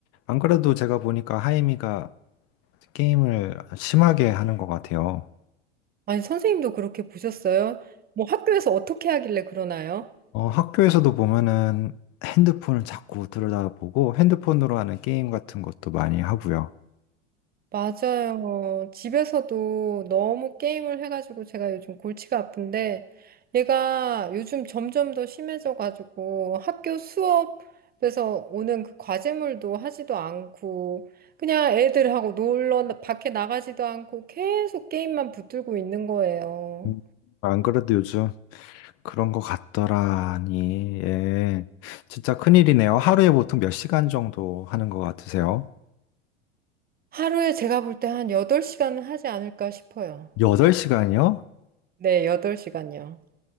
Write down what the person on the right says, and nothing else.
아니, 선생님도 그렇게 보셨어요? 뭐 학교에서 어떻게 하길래 그러나요?
맞아요. 집에서도 너무 게임을 해가지고 제가 요즘 골치가 아픈데 얘가 요즘 점점 더 심해져가지고 학교 수업에서 오는 그 과제물도 하지도 않고 그냥 애들하고 놀러 나- 밖에 나가지도 않고 계속 게임만 붙들고 있는 거예요.
하루에 제가 볼 때 한 8시간은 하지 않을까 싶어요.
네, 8시간요.